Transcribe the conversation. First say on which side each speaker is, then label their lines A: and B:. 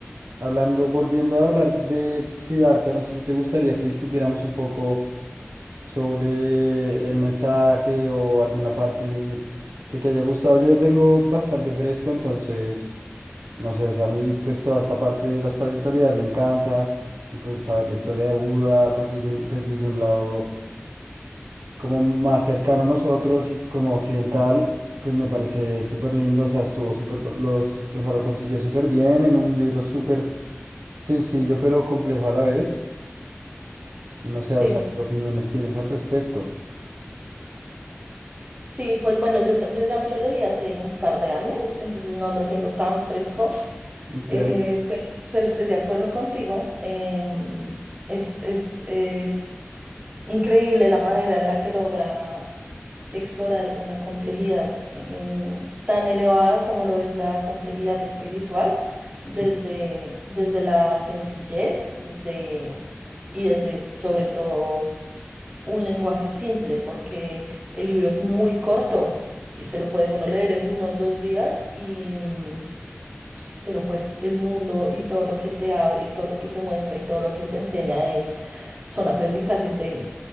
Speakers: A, on the right (about 90°); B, on the right (about 25°).
A: hablando, volviendo a hablar de Siddhartha, no sé si te gustaría que discutiéramos un poco sobre el mensaje o alguna parte que te haya gustado. Yo lo tengo bastante fresco, entonces, no sé, o sea, a mí pues toda esta parte de la espiritualidad me encanta y pues saber la historia de Buda, pues desde un, pues desde un lado como más cercano a nosotros y como occidental, pues me parece súper lindo, o sea, estuvo súper, co- los, o sea, lo consiguió súper bien en un libro súper sencillo, pero complejo a la vez. Y No sé, o
B: Sí,
A: sea, ¿qué opiniones tienes al respecto?
B: sí, pues bueno, yo, ta- yo ya me lo leí hace un par de años, entonces no lo tengo tan fresco,
A: Ok,
B: eh, pero, pero estoy de acuerdo contigo. em, es, es, es increíble la manera en la que logra. explorar una complejidad em, tan elevada como lo es la complejidad espiritual, desde,
A: sí,
B: desde la sencillez, desde, y desde sobre todo un lenguaje simple, porque el libro es muy corto y se lo puede uno leer en uno o dos días, y, mm, pero pues el mundo y todo lo que te abre y todo lo que te muestra y todo lo que te enseña es, son aprendizajes de...